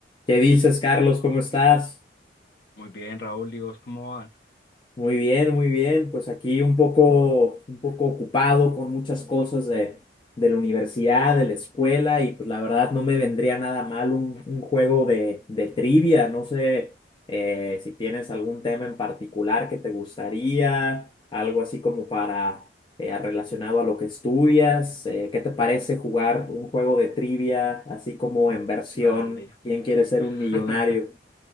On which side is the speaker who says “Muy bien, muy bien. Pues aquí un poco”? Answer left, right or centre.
Left